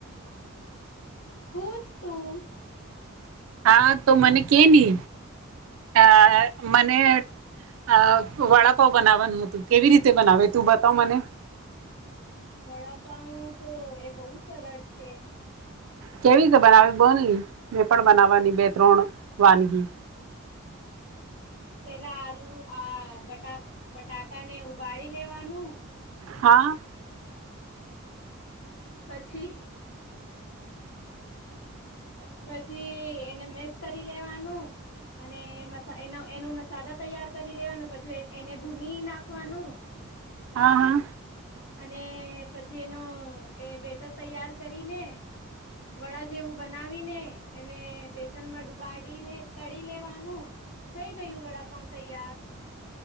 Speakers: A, on the left; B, on the right.
A: પુછ તું.
B: હા, તો મને કેને. અહ મને અહ વડાપાવ બનાવવાનું હતું. કેવી રીતે બનાવે તું બતાવ મને?
A: વડાપાઉ તો એ બહુ સરળ છે.
B: કેવી રીતે બનાવે <unintelligible> મેં પણ બનાવવાની બે ત્રણ વાનગી.
A: પેલા આલુ આ બટા બટાકાને ઉબાડી લેવાનું
B: હા.
A: પછી પછી એ એને <unintelligible> કરી લેવાનું અને મસ સા એનો એનું મસાલા તૈયાર કરી લેવાનું, પછી અ એને ભૂની નાખવાનું.
B: હા હા
A: અને પછી એનો એ બેટર તૈયાર કરીને, વડા જેવું બનાવીને એને બેસનમાં ડૂબ બાડીને તળી લેવાનું. થઈ ગયું વડાપાઉ તૈયાર.